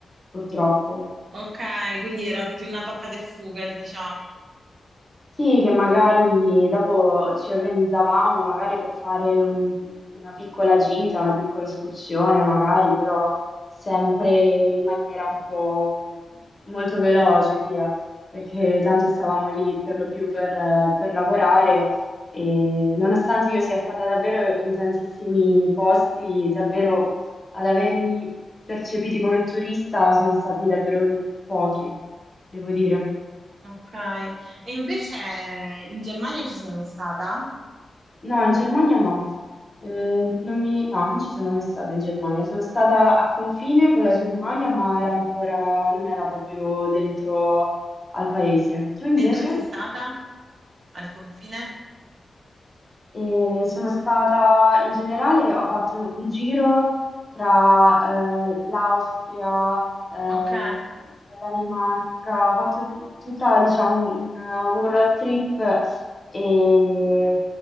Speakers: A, on the left (about 20°); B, on the right (about 60°).
A: purtroppo.
B: Ok, quindi era più una toccata e fuga, diciamo.
A: Sì, che magari dopo ci organizzavamo magari per fare un- una piccola gita, una piccola escursione, magari, però sempre in maniera un po' molto veloce, via, perché tanto stavamo lì per lo più per, eh, per lavorare e nonostante io sia stata davvero in tantissimi posti, davvero ad averli percepiti come turista sono stati davvero pochi, devo dire.
B: Ok. E invece in Germania ci sei mai stata?
A: No, in Germania no. Eh, non mi- No, non ci sono mai stata in Germania. Sono stata a confine con la Germania, ma era ancora... non era proprio dentro al paese. Tu invece?
B: E dove sei stata? Al confine?
A: Eh, sono stata in generale, ho fatto un giro tra eh, l'Austria, eh, la
B: Ok,
A: Danimarca, ho fatto tutta, diciamo, un, un road trip e